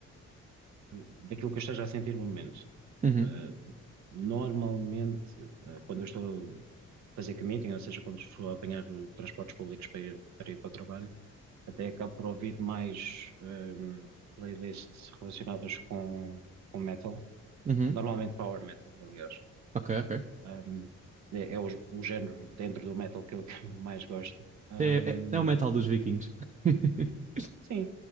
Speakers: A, on the right; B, on the right.
A: daquilo que eu esteja a sentir no momento.
B: uhum,
A: Ah, normalmente, ah, quando eu estou a fazer commuting, ou seja, quando estou a apanhar transportes públicos para ir para, ir para o trabalho, Até acabo por ouvir mais hum, playlists relacionadas com, com metal,
B: uhum.
A: normalmente power metal, aliás.
B: Ok, ok.
A: Hum, é é o, o género dentro do metal que eu, <laughs> que eu mais gosto. Hum,
B: É, é, é o metal dos vikings. <laughs>
A: sim,